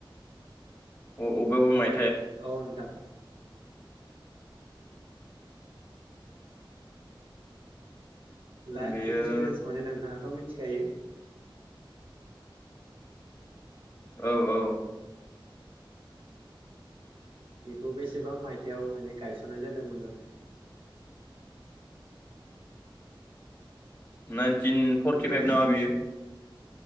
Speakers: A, on the left (about 15°); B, on the right (about 85°).
A: अ उबे उबे माय
B: औ नोंथां। लाइफ
A: बेयो
B: इन्सुरेस्न माने नोंथाङाथ' मि मिथिखायो।
A: औ औ
B: बेखौ बेसेबां मायथायाइाव माने गायसननाय जादोंमोन आरो?
A: नाइनटिन फर्टिफाइभ नामा बियो?